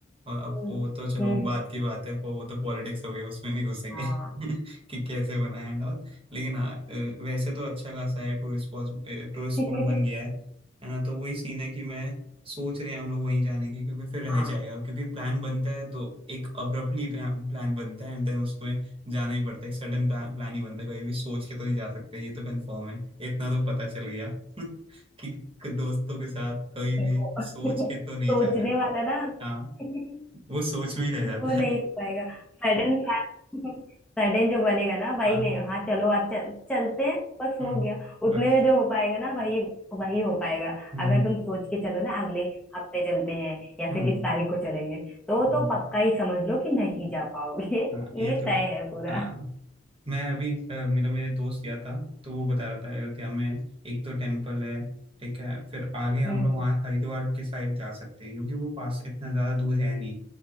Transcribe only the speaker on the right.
और अब
वो तो चलो
बात की बात है पर वो तो पॉलिटिक्स हो गया उसमें नहीं घुसेंगे
<laughs> कि कैसे बनाया एंड ऑल लेकिन हाँ अ, वैसे तो अच्छा खासा है टूरिस्ट स्पॉट टूरिस्ट
स्पॉट बन गया है है ना तो वही सीन है कि मैं सोच रहे हैं हम लोग वहीं जाने की क्योंकि फिर रह
जाएगा क्योंकि प्लान बनता है तो एक अब्रप्टली प्लान बनता है एंड देन उसको जाना ही पड़ता है सडन प्लान ही बनता है कभी भी सोच के तो नहीं जा सकते ये तो कंफर्म है इतना तो पता चल गया <laughs> कि दोस्तों के साथ कभी
भी सोच
के तो नहीं
जा रहे थे
हाँ
वो सोच में ही रह जाता
है
हाँ
हम्म
बस
हम्म
हम्म
हम्म
हम्म,
हाँ
ये
तो
हाँ मैं अभी अ, मेरा मेरे दोस्त गया था तो वो बता रहा था अयोध्या में एक तो टेम्पल है ठीक है फिर आगे हम
लोग वहाँ हरिद्वार के साइड जा सकते हैं क्योंकि वो पास इतना ज्यादा दूर है नहीं